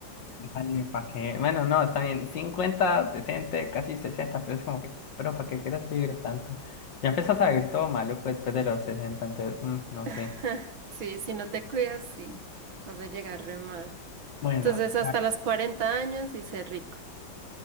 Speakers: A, on the left; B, on the right.
A: Dale, ¿para qué? Bueno, no, está bien. cincuenta decente, casi sesenta pero es como que, pero ¿para qué quieres vivir tanto? Ya empiezas a vivir todo maluco después de los 60 entonces, mm, no sé.
B: <laughs> Sí, si no te cuidas, sí, vas a llegar re mal.
A: Bueno,
B: Entonces, hasta los 40 años y ser rico.